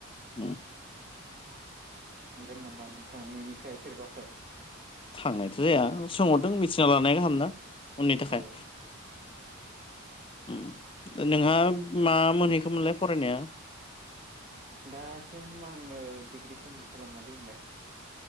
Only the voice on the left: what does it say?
ओम
थांनायथ जाया सोंहरदों मिथिना लानाया गाहामना उननि थाखाय
उम नोंहा मा मोनहैखोमोनलाय फरायनाया?